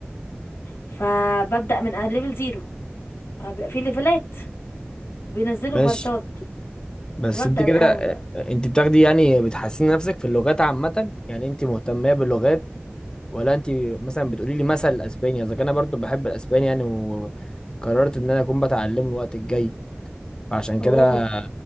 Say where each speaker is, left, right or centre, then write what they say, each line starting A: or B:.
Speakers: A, on the left (about 70°); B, on the left (about 20°).
A: فببدأ من ليفل زيرو فبيبقى في ليفلات وبينزلوا
B: ماشي
A: بارتات
B: بس
A: فببدأ
B: انت كده
A: من اول
B: آه،
A: بقى
B: انت بتاخدي يعني بتحسني نفسك في اللغات عامة يعني انت مهتمة باللغات ولا انت مثلا بتقولي لي مثل الاسباني اذا كان انا برضو بحب الاسباني يعني وقررت ان انا اكون بتعلمه الوقت الجاي فعشان
A: اوه
B: كده